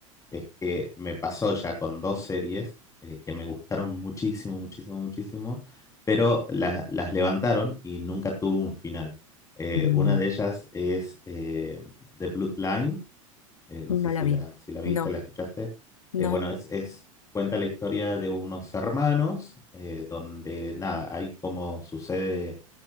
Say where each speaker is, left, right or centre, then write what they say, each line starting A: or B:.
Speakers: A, on the left; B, on the left.
A: es que me pasó ya con dos series eh, que me gustaron muchísimo, muchísimo, muchísimo, pero las, las levantaron y nunca tuvo un final. Eh,
B: Mm,
A: una de ellas es eh, The Bloodline, eh, no sé
B: No
A: si
B: la vi.
A: la, si la viste,
B: No,
A: la escuchaste.
B: no.
A: Eh, bueno, es, es- cuenta la historia de unos hermanos, eh, donde nada, hay como sucede